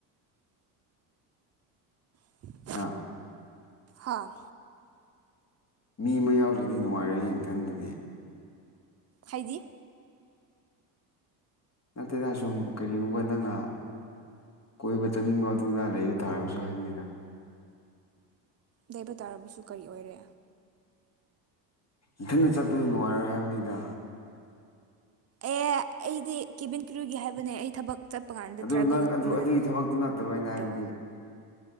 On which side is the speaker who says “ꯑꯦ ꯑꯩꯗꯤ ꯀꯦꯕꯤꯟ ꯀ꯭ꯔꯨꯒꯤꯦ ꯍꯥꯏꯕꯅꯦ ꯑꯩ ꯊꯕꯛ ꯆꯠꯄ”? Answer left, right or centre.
Right